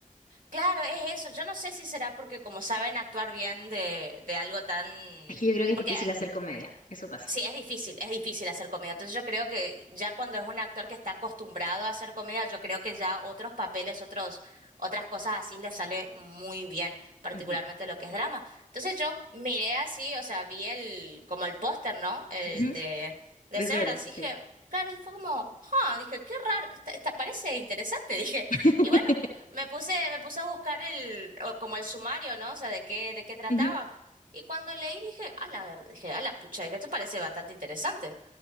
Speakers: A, on the right (about 80°); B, on the left (about 80°).
A: Claro, es eso. Yo no sé si será porque como saben actuar bien de, de algo tan...
B: Es que yo creo que es
A: Porque
B: difícil hacer comedia. Eso pasa.
A: Sí, es difícil, es difícil hacer comedia. Entonces yo creo que ya cuando es un actor que está acostumbrado a hacer comedia, yo creo que ya otros papeles, otros, otras cosas así le sale muy bien, particularmente
B: Ujú.
A: lo que es drama. Entonces yo miré así, o sea, vi el, como el póster, ¿no? El
B: Ujú.
A: de, de
B: De
A: Severance,
B: eso eran,
A: y dije,
B: sí.
A: claro, y fue como, ah, dije, qué raro, que esta, esta parece interesante, <laughs> dije.
B: <laughs>
A: Y bueno, me puse, me puse a buscar el, o como el sumario, ¿no? O sea, de qué, de qué trataba.
B: Ujú,
A: Y cuando leí dije, a la ver, dije, a la pucha, dije, esto parece bastante interesante.